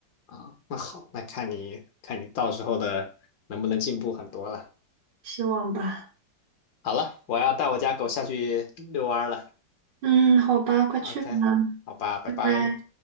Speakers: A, on the left (about 70°); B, on the right (about 80°).
A: 啊，那好，那看你看你到时候的能不能进步很多了。
B: 希望吧。
A: 好了，我要带我家狗下去遛弯儿了。
B: 嗯，好吧，快去吧，
A: OK，好吧，拜拜。
B: 拜拜。